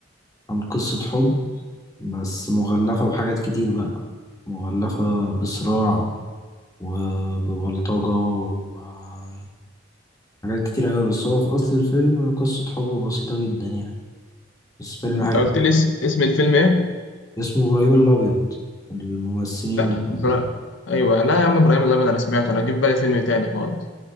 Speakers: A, on the left; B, on the left.
A: عن قصة حب بس مغلفة بحاجات كتير بقى مغلفة بصراع وببلطجة وحاجات كتير قوي بس هو في اصل الفيلم قصة حب بسيطة جدا يعني بس فيلم
B: انت
A: حلو
B: قلت لي اس- اسم الفيلم ايه
A: اسمه ابراهيم الابيض الممثلين
B: لا
A: اللي
B: برا...
A: فيه.
B: ايوه لا يا عم ابراهيم الابيض انا سمعته انا جه في بالي فيلم تاني خالص